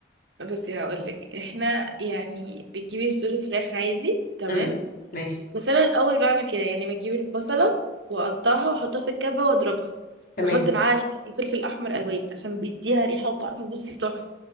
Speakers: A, on the right (about 80°); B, on the left (about 50°).
A: بصي هقولك احنا يعني بتجيبي صدور فراخ عادي تمام
B: امم ماشي
A: بس انا الاول بعمل كده يعني بجيب البصلة واقطعها واحطها في الكبة واضربها
B: تمام
A: بحط معاها شوية فلفل احمر الوان عشان بيديها ريحة وطعم بصي تحفة